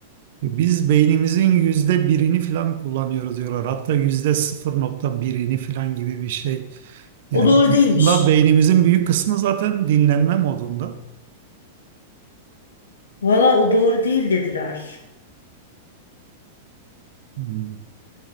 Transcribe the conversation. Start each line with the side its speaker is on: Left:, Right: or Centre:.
Right: E, Biz beynimizin yüzde birini falan kullanıyoruz diyorlar. Hatta yüzde sıfır nokta birini falan gibi bir şey. Yani
Left: O doğru değilmiş.
Right: aslında beynimizin büyük kısmı zaten dinlenme modunda.
Left: Valla o doğru değil dediler.
Right: Hmm.